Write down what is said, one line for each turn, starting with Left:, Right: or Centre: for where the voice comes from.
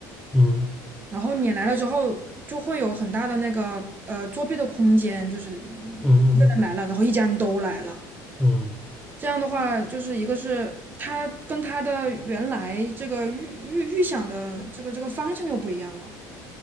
Centre: 嗯
Right: 然后你来了之后就会有很大的那个呃作弊的空间，就是你一个人来了，
Centre: 嗯嗯
Right: 然后一家人都来了。
Centre: 嗯
Right: 这样的话，就是一个是他跟他的原来这个预预预想的这个这个方向就不一样了，